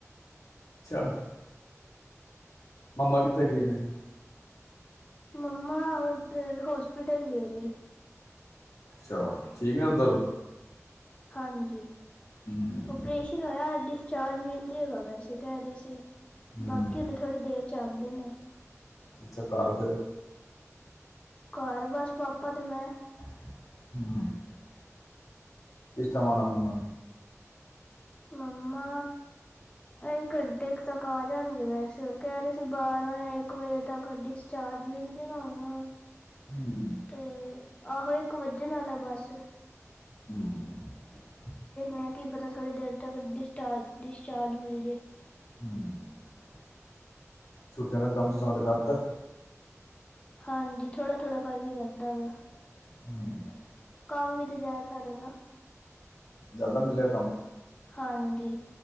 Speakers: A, on the left (about 80°); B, on the left (about 20°).
A: ਅੱਛਾ ਮੰਮਾ ਕਿੱਥੇ ਕੀ ਨੇ
B: ਮੰਮ ਉਹਦ ਹਾਸਪੀਟਲ ਗਏਰੇ
A: ਛਾ ਠੀਕ ਨੇ ਉੱਧਰ
B: ਹਾਂਜੀ
A: ਹੂੰ
B: ਓਪਰੇਸ਼ਨ ਹੋਇਆ ਅਡ ਚਾਰਜ ਮਿਲ ਜਾਏਗਾ ਵੈਸੇ ਕਹਿ ਰਹੇ ਸੀ
A: ਹੂੰ
B: ਬਾਕੀ ਉਹਨੇ ਥੋੜੀ ਦੇਰ ਚਾਹਦੇ ਨੇ
A: ਅੱਛਾ ਕਰ ਫਿਰ
B: ਘਰ ਬਸ ਪਾਪਾ ਤੇ ਮੈਂ
A: <inaudible> ਇਸ਼ਮ ਮ ਮਾਨ
B: ਮੰਮਾ ਅ ਘੰਟੇ ਤੱਕ ਆ ਜਾਣਗੇ ਵੈਸੇ ਹੋਰ ਕਹਿ ਰਹੇ ਸੀ ਬਾਰਾਂ ਜਾਂ ਇੱਕ ਵਜੇ ਤੱਕ ਡਿਸਚਾਰਜ ਮਿਲ ਜਾੇਗਾ ਉਹਨੂੰ
A: ਹੂੰ
B: ਤੇ ਆਹੋ ਇੱਕ ਵਜਣ ਨਾਲ ਹੈ ਬਸ
A: <inaudible>
B: ਨ ਕੀ ਪਤਾ ਥੋੜੀ ਦੇਰ ਤੱਕ ਡਿਸਚਾਰ ਡਿਸਚਾਰਜ ਮਿਲ ਜੇ
A: <inaudible> ਛੁੱਟੀਆਂ ਦਾ ਕੰਮ ਸਟਾਰਟ ਕਰਤਾ
B: ਹਾਂਜੀ ਥੋੜਾ ਥੋੜ੍ਹਾ ਕਰਕੇ ਕਰਦਾ ਵਾ
A: <inaudible>
B: ਕੰਮ ਵੀ ਤੇ ਜਾ ਸਾਰਿਆਂ ਨਾ
A: ਜ਼ਿਆਦਾ ਮਿਲਿਆ ਕੰਮ
B: ਹਾਂਜੀ,